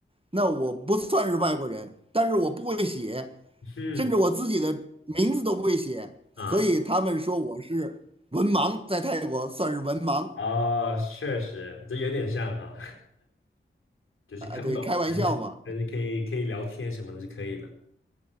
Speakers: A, on the right; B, on the left.
A: 那我不算是外国人，但是我不会写，
B: 哼
A: 甚至我自己的名字都不会写，
B: 啊，
A: 所以他们说我是文盲，在泰国算是文盲，
B: 哦，确实，这有点像哈，<laughs> 就是看不懂，
A: 啊，对，开玩笑嘛。
B: 但是但是可以可以聊天什么的是可以的，